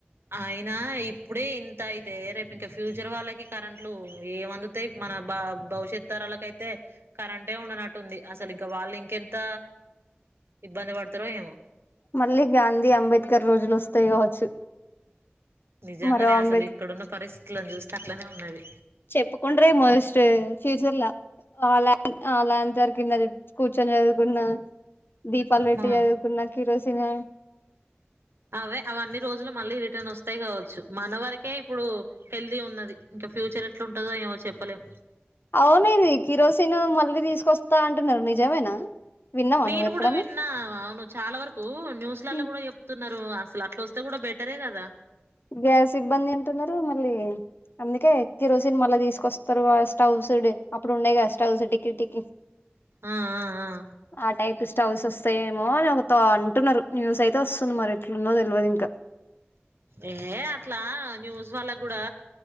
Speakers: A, on the right; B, on the left.
A: అయినా ఇప్పుడే ఇంతయి యితే రేపు ఇంకా ఫ్యూచర్ వాళ్ళకి కరెంట్లు ఏం అందుతాయి, మన బ భవిష్యత్ తరాలకైతే. కరెంటే ఉండనట్టుంది అసలు ఇంక, వాళ్ళు ఇంకెంత ఇబ్బంది పడతారో ఏమో.
B: మళ్ళీ గాంధీ అంబేద్కర్ రోజులు వస్తాయి కావచ్చు.
A: నిజంగానే
B: మరో అంబేద్
A: అసలు ఇక్కడున్న, పరిస్థితుని చూస్తే అట్లనే ఉన్నది.
B: చెప్పుకుంట్రమో స్ ఫ్యూచర్లా ఆ లాన్ ఆ లాంతర్ కింద కూర్చొని చదువుకున్న. దీపాలు పెట్టి
A: ఆ
B: చదువుకున్నా కిరోసిన్ ఆ
A: అవే అవ్వ అన్ని రోజులు మళ్ళీ, రిటర్న్ వస్తాయి కావచ్చు. మన వరకే ఇప్పుడు హెల్దీ ఉన్నది. ఇంకా ఫ్యూచర్ ఎట్లుంటదో ఏమో చెప్పలేం.
B: అవున ఇది కిరోసిన్ మళ్ళీ తీసుకొస్తా. అంటున్నారు నిజమేనా? విన్నావా
A: నేను
B: నువ్వు ఎప్పుడన్నా
A: కూడా విన్నా. అవును చాలా వరకు న్యూస్లలో
B: హ్మ్.
A: కూడా చెప్తున్నారు. అసలు అట్లా వస్తే కూడా బట్, బెటరే కదా
B: గ్యాస్ ఇబ్బంది అంటున్నారు. మళ్ళీ, అందుకే కిరోసిన్ మళ్ళా తీసుకొస్తారు. స్టవ్స్ అప్పుడు ఉండేయి కదా స్టవ్స్ టికి టికి.
A: ఆ ఆ ఆ
B: ఆ టైప్ స్టవ్స్ వస్ వస్తా ఏమో అని ఒకతో అంటున్నారు. న్యూస్ అయితే వస్తుంది. మరి ఎట్లుందో తెలియదు ఇంకా.
A: అ ఏ అట్లా న్యూస్ వాళ్ళకు కూడా,